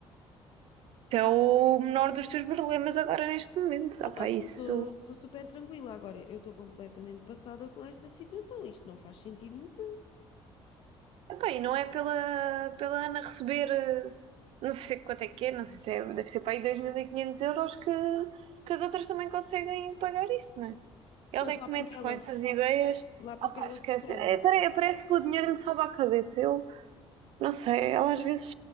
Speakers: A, on the right; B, on the left.
A: Esse é o menor dos teus problemas agora neste momento.
B: Opa,
A: Ah pá,
B: sim,
A: isso
B: estou super tranquila agora. Eu estou completamente passada com esta situação. Isto não faz sentido nenhum.
A: Epá, e não é pela, pela Ana receber, eh, não sei quanto é que é, não sei se é, deve ser para aí 2.500 euros que, que as outras também conseguem pagar isso, não é? Ela
B: Mas
A: é
B: lá
A: que
B: porque
A: mete-se
B: ela.
A: com essas ideias.
B: Lá porque
A: Pá,
B: ela
A: esquece.
B: recebe.
A: É, pare- parece que o dinheiro lhe sobe à cabeça. Eu não sei, ela às vezes